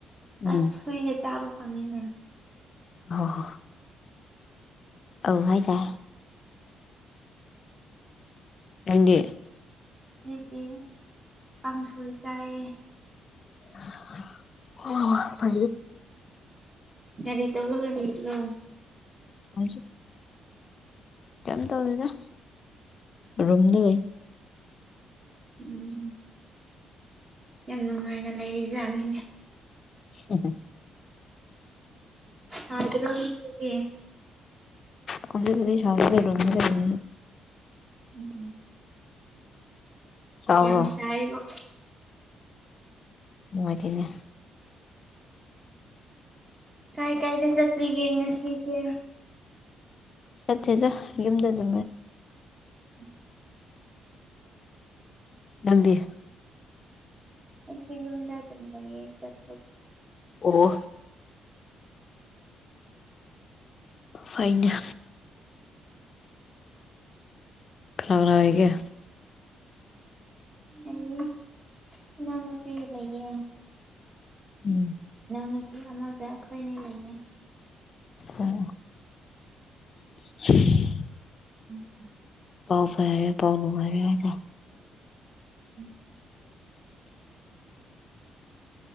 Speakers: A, on the left; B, on the right.
A: ꯎꯝ
B: ꯑꯁ ꯍꯨꯏꯒ ꯆꯥꯕ ꯐꯪꯉꯤꯅꯦ
A: ꯑ ꯍ ꯑꯚꯥꯏꯗ ꯅꯪꯒꯤꯦ
B: ꯍꯥꯏꯗꯤ ꯀꯥꯡꯁꯣꯏ ꯆꯥꯏ
A: ꯑ ꯐ
B: ꯀꯔꯤꯇꯂ ꯀꯅꯤꯗ
A: ꯍꯧ ꯀꯝ ꯇꯧ ꯂꯩꯗ ꯔꯝꯗ
B: ꯎꯝ ꯌꯥꯝ ꯅꯨꯡꯉꯥꯏꯅ ꯂꯩꯔꯤꯖꯥꯠꯅꯤꯅꯦ
A: <unintelligible>
B: ꯍꯥꯏꯗ꯭ꯔꯔꯗꯤ
A: ꯀꯁ ꯁꯗꯔꯅꯤ
B: ꯎꯝ
A: ꯁꯥꯕ꯭ꯔꯣ
B: ꯌꯥꯝ ꯆꯥꯏꯔꯤꯕ
A: ꯃꯅꯨꯡꯗꯤꯅꯦ
B: ꯀꯥꯏ ꯀꯥꯏꯗ ꯆꯠꯄꯤꯒꯦ ꯉꯁꯤꯁꯦ
A: ꯆꯠꯦꯖ ꯌꯗ ꯑꯗꯨ
B: ꯎꯝ
A: ꯅꯪꯗꯤ
B: ꯑꯩ ꯌꯨꯝꯗ ꯑꯗꯨ ꯂꯩꯌꯦ ꯆꯠ
A: ꯑꯣ ꯐꯥꯏꯩꯅ ꯈꯔꯔꯥꯒꯦ
B: ꯑꯩ ꯂꯪꯅ ꯄꯤ ꯂꯩꯌꯦ
A: ꯎꯝ
B: ꯅꯨꯄꯤ ꯑꯃꯒ ꯑꯩꯈꯣꯏꯅꯤ ꯂꯩꯌꯦ
A: ꯑꯝ <inaudible>
B: ꯎꯝ ꯎꯝ
A: ꯄꯥꯎ ꯐꯔꯔꯦ ꯄꯥꯎ ꯂꯅꯨꯡ ꯐꯥꯏꯔ
B: ꯎꯝ